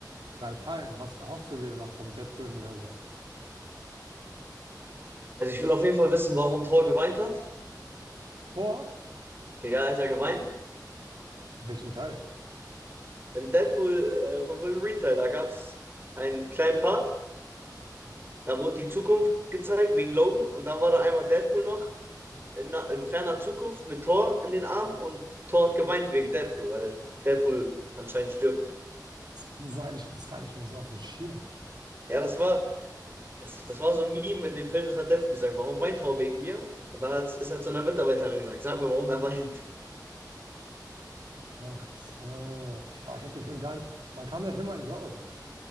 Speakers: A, on the right; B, on the right.
A: drei Teilen, was erhoffst du dir denn noch vom Deadpool-Universum?
B: Also ich will auf jeden Fall wissen, warum Thor geweint hat.
A: Vor
B: Ja, er hat ja geweint.
A: Welchen Teil?
B: in Deadpool äh, vom Wolverine Teil, da gab es einen kleinen Part, da wurde die Zukunft gezeigt wegen Logan und dann war da einmal Deadpool noch in, na- in ferner Zukunft mit Thor in den Armen und Thor hat geweint wegen Deadpool, weil Deadpool anscheinend stirbt.
A: Kann sein, ich habe das gar nicht mehr so auf dem Schirm.
B: Ja, das war, das, das war so ein Meme in dem Film, das hat Deadpool gesagt, warum weint Thor wegen mir? Und dann hat's, ist er zu einer Mitarbeiterin gesagt, sag mir, warum er weint.
A: Ach so, ich, ah, ich habe den Film gar nicht. Wann kam der Film eigentlich raus?